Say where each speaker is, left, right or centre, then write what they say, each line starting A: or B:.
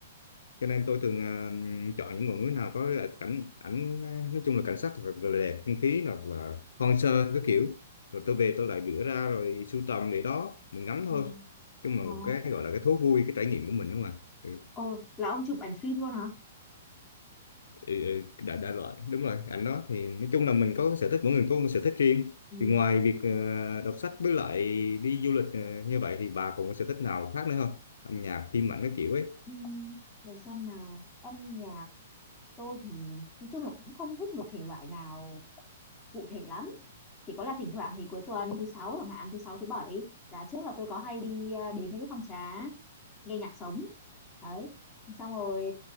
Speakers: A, on the left; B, on the left.
A: cho nên tôi thường à, chọn những ngọn núi nào có là cảnh ảnh à, nói chung là cảnh sắc thật là đẹp không khí hoặc là hoang sơ cái kiểu rồi tôi về tôi lại rửa ra rồi sưu tầm để đó mình ngắm thôi
B: Ừ.
A: chung là
B: Ờ.
A: một cái gọi là cái thú vui cái trải nghiệm của mình đúng không ạ ừ,
B: Ồ, là ông chụp ảnh phim luôn hả
A: ừ, ừ, đa, đa loại đúng rồi ảnh đó thì nói chung là mình có cái sở thích mỗi người có một sở thích riêng
B: Ừ.
A: thì ngoài việc à, đọc sách với lại đi du lịch à, như vậy thì bà còn có sở thích nào khác nữa không âm nhạc phim ảnh cái kiểu ấy
B: Ừ. Để xem nào âm nhạc tôi thì nói chung là cũng không thích một thể loại nào cụ thể lắm chỉ có là thỉnh thoảng thì cuối tuần thứ sáu chẳng hạn thứ sáu thứ bảy là trước là tôi có hay đi à, đến mấy cái phòng trà nghe nhạc sống đấy xong rồi